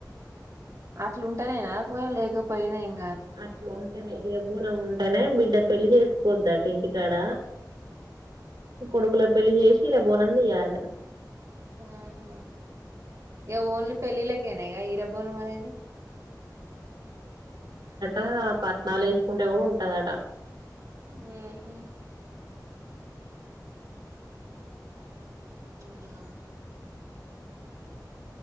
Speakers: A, on the right; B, on the right.
A: అట్లుంటానే నాకుే లేకపోయినాం
B: అట్లు ఉంటాేనేబు బనం ఉంటేనే బిడ్డ పెళ్లిి చేసుకోవద్ద అటు ఇంటికాడ కొడుకుల పెళ్లిి చేసి ఇ ర బోనం తీియాలి
A: ఆహ ఇక ఓన్లీ పెళ్ళిళకేనాక ఇరబోనం అనేది
B: అ పట్టనాలు వేసుకుంటే కూడా ఉంటదట
A: ఉమ్ ఉ